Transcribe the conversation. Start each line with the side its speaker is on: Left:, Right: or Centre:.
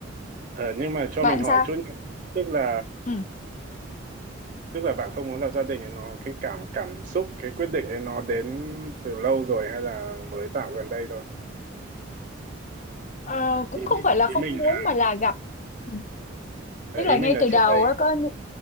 Right: ờ, nhưng mà cho
Left: Bạn
Right: mình hỏi
Left: sao?
Right: chút nha. Tức là
Left: Ừ.
Right: tức là bạn không muốn lập gia đình ấy, nó cái cảm cảm xúc cái quyết định ấy nó đến từ lâu rồi hay là mới dạo gần đây thôi
Left: Ờ, cũng
Right: ý
Left: không phải là không
Right: ý mình
Left: muốn
Right: là
Left: mà là gặp Ừ.
Right: ờ,
Left: tức
Right: ý
Left: là
Right: mình
Left: ngay
Right: là
Left: từ
Right: trước
Left: đầu
Right: đây
Left: á có những